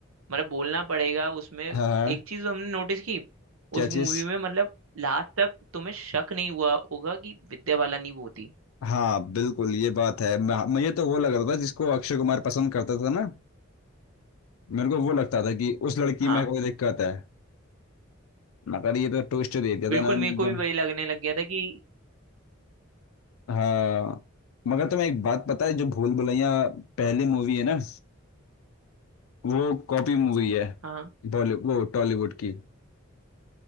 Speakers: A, on the right; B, on the left.
A: मतलब बोलना पड़ेगा उसमें
B: हाँ
A: एक चीज हमने नोटिस की
B: क्या
A: उस मूवी
B: चीज
A: में मतलब लास्ट तक तुम्हें शक नहीं हुआ होगा कि विद्या बाला नहीं वो थी
B: हाँ बिल्कुल ये बात है मैं- मुझे तो वो लग रहा था जिसको अक्षय कुमार पसंद करता था ना मेरे को वो लगता था कि उस लड़की
A: हाँ
B: में कोई दिक्कत है मगर ये तो ट्विस्ट दे दिया
A: बिल्कुल
B: था ना
A: मेरे
B: एकदम
A: को भी वही लगने लग गया था कि
B: हाँ मगर तुम्हें एक बात पता है जो भूल भुलैया पहली मूवी है ना वो कॉपी मूवी है
A: हाँ
B: बॉलीवुड वो टॉलीवुड की